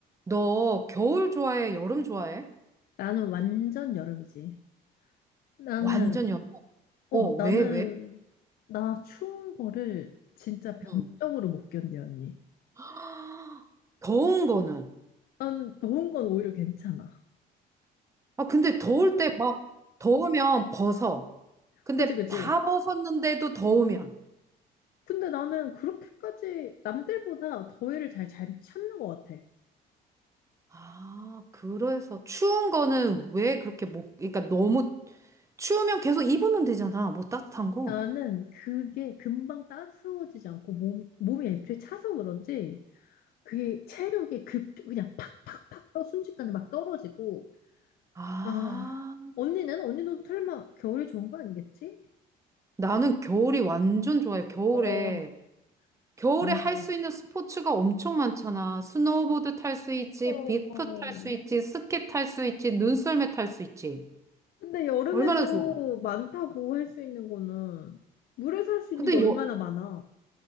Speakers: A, on the right (about 15°); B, on the left (about 65°).
A: 너 겨울 좋아해? 여름 좋아해?
B: 나는 완전 여름이지. 나는,
A: 완전 여름.
B: 어,
A: 어,
B: 나는,
A: 왜, 왜?
B: 나 추운 거를 진짜 병적으로
A: 응.
B: 못 견뎌, 언니.
A: <gasps> 더운 거는.
B: 난 더운 건 오히려 괜찮아.
A: 아, 근데 더울 때 막 더우면 벗어. 근데
B: 그지, 그지?
A: 다 벗었는데도 더우면.
B: 근데 나는 그렇게까지 남들보다 더위를 잘, 잘 참는 것 같아.
A: 아, 그래서 추운 거는 왜 그렇게 못, 그러니까 너무 추우면 계속 입으면 되잖아. 뭐 따뜻한 거.
B: 나는 그게 금방 따스워지지 않고 몸, 몸이 애초에 차서 그런지 그게 체력이 급, 그냥 팍팍팍 떠 순식간에 막 떨어지고.
A: 아,
B: 아, 언니는? 언니도 설마 겨울이 좋은 거 아니겠지?
A: 나는 겨울이 완전 좋아요. 겨울에
B: 어,
A: 겨울에
B: 안
A: 할
B: 돼.
A: 수 있는 스포츠가 엄청 많잖아. 스노우보드 탈 수 있지,
B: 어,
A: 빅프 탈 수 있지, 스키 탈 수 있지, 눈썰매 탈 수 있지.
B: 근데 여름에도
A: 얼마나 좋아.
B: 많다고 할 수 있는 거는 물에서 할 수 있는
A: 근데
B: 게 얼마나
A: 여,
B: 많아.